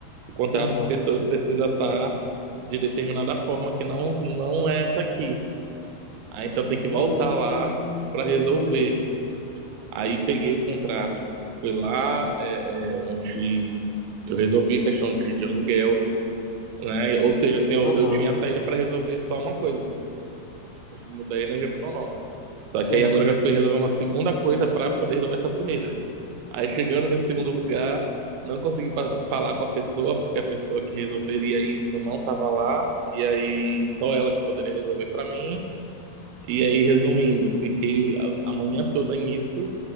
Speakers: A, on the right; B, on the left.
A: o contrato
B: Uhum.
A: que você trouxe precisa estar de determinada forma, que não, não é essa aqui. Aí então tem que
B: Hum,
A: voltar lá para resolver.
B: entendi.
A: Aí peguei o contrato, fui lá, é, é, onde eu resolvi a questão de, de aluguel, né? Ou seja, assim, eu,
B: Uhum.
A: eu tinha saída para resolver só uma coisa, tipo, mudar a energia pro meu nome. Só
B: Sim.
A: que aí agora eu já fui resolver uma segunda coisa para poder resolver essa primeira. Aí chegando nesse segundo lugar, não consegui pa- falar com a pessoa, porque a pessoa que resolveria isso não estava lá, e aí só ela que poderia resolver para mim. E aí, resumindo, fiquei a a manhã toda nisso